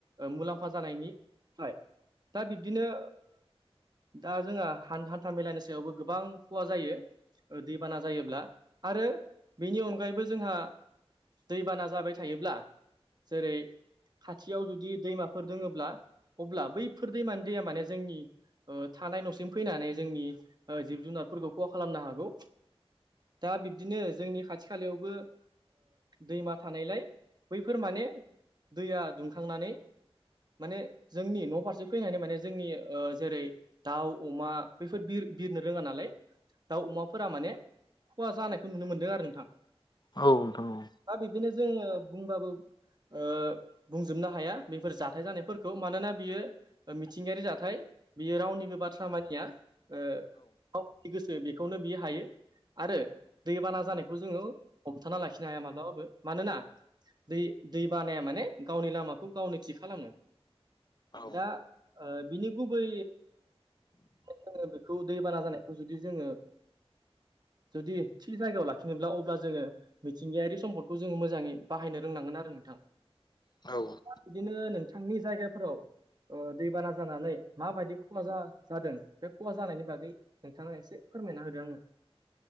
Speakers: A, on the right; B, on the left.
A: मुलाम्फा जानायनि थाखाय दा बिब्दिनो दा जोंहा हान्था हान्था मेलानि सायावबो गोबां खहा जायो दैबाना जायोब्ला आरो बिनि अनगायैबो जोंहा दैबाना जाबाय थायोब्ला जेरै खाथियाव जुदि दैमाफोर दोङोब्ला अब्ला बैफोर दैमानि दैया माने जोंनि थानाय न'सिम फैनानै जोंनि जिब जुनारफोरखौ खहा खालामनो हागौ दा बिब्दिनो जोंनि खाथि खालायावबो दैमा थानायलाय बैफोर माने दैया दुंखांनानै माने जोंनि न' फारसे फैनानै माने जोंनि जेरै दाउ अमा बैफोर बिर बिरनो रोङा नालाय दाउ अमाफोरा माने खहा जानायखौ नुनो मोनदों आरो नोंथां
B: औ नोंथां औ
A: दा बिब्दिनो जोङो बुंबाबो ओ बुंजोबनो हाया बेफोर जाथाय जानायफोरखौ मानोना बियो मिथिंगायारि जाथाय बियो रावनिबो बाथ्रा मानिया गनि गोसो बेखौनो बियो हायो आरो दैबाना जानायखौ जोङो हमथाना लाखिनो हाया मालाबाबो मानोना दै दै बानाया माने गावनि लामाखौ गावनो थि खालामो
B: औ
A: दा बिनि गुबै <unintelligible> जोङो बेखौ दैबाना जानायखौ जुदि जोङो जुदि थि जायगायाव लाखिनोब्ला अब्ला जोङो मिथिंगायारि सम्दखौ जोङो मोजाङै बाहायनो रोंनांगोन आरो नोंथां
B: औ
A: बिदिनो नोंथांनि जायगाफोराव दैबाना जानानै माबायदि खहा जादों बे खहा जानायनि बागै नोंथाङा एसे फोरमायना होदों आंनो